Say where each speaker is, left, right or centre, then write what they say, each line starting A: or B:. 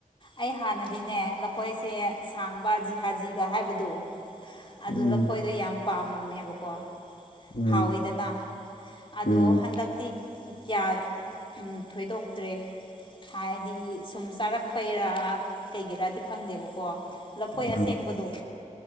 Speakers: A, on the left; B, on the left.
A: ꯑꯩ ꯍꯥꯟꯅꯗꯤꯅꯦ ꯂꯐꯣꯏꯁꯦ ꯁꯥꯡꯕ ꯖꯤꯍꯥꯖꯤꯒ ꯍꯥꯏꯕꯗꯨ ꯑꯗꯨ
B: ꯎꯝ
A: ꯂꯐꯣꯏꯗꯣ ꯌꯥꯝ ꯄꯥꯝꯃꯝꯃꯦꯕꯀꯣ
B: ꯎꯝ
A: ꯍꯥꯎꯋꯤꯗꯅ ꯑꯗꯣ
B: ꯎꯝ
A: ꯍꯟꯗꯛꯇꯤ ꯀꯌꯥ ꯑꯝ ꯊꯣꯏꯗꯣꯛꯇ꯭ꯔꯦ ꯍꯥꯏꯗꯤ ꯁꯨꯝ ꯆꯥꯔꯛꯄꯩꯔꯥ ꯀꯩꯒꯤꯔꯗꯤ ꯈꯪꯗꯦꯕꯀꯣ ꯂꯐꯣꯏ
B: ꯎꯝ
A: ꯑꯁꯦꯡꯕꯗꯣ